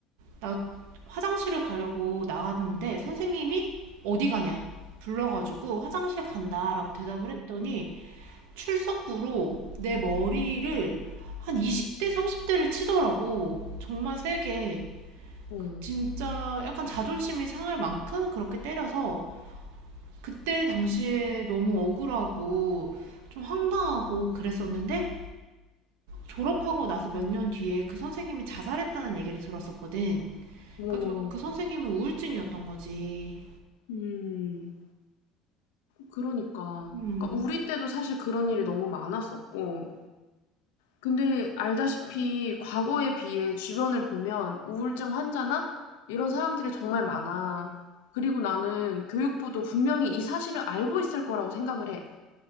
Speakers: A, on the right; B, on the left.
A: 나 화장실을 가려고 나갔는데 선생님이 어디 가냐? 불러가지고 화장실 간다라고 대답을 했더니 출석부로 내 머리를 한 20대, 30대를 치더라고. 정말 세게.
B: 어.
A: 진짜 약간 자존심이 상할 만큼 그렇게 때려서 그때 당시에 너무 억울하고 좀 황당하고 그랬었는데 졸업하고 나서 몇 년 뒤에 그 선생님이 자살했다는 얘기를 들었었거든.
B: 어머머머.
A: 그러니까 결국 그 선생님은 우울증이었던 거지.
B: 음. 그러니까.
A: 음,
B: 그러니까 우리 때도 사실 그런 일이 너무 많았었고, 근데 알다시피 과거에 비해 주변을 보면 우울증 환자나 이런 사람들이 정말 많아. 그리고 나는 교육부도 분명히 이 사실을 알고 있을 거라고 생각을 해.